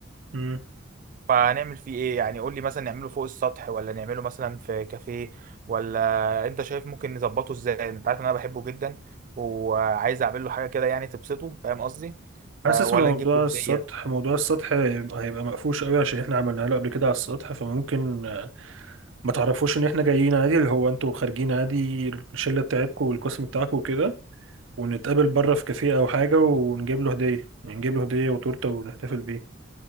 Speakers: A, on the right; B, on the right.
A: مم.
B: فهنعمل فيه ايه يعني قول لي مثلا نعمله فوق السطح ولا نعمله مثلا في كافيه ولا انت شايف ممكن نظبطه ازاي انت عارف ان انا بحبه جدا وعايز اعمل له حاجه كده يعني تبسطه فاهم قصدي
A: حاسس
B: ف ولا
A: موضوع
B: نجيب له هديه
A: السطح موضوع السطح هيبقى مقفوش قوي عشان احنا عملناه له قبل كده على السطح فممكن آه، ما تعرفوش ان احنا جايين عادي اللي هو انتوا خارجين عادي الشله بتاعتكم والقسم بتاعكم وكده ونتقابل بره في كافيه او حاجه ونجيب له هديه يعني نجيب له هديه وتورته ونحتفل بيه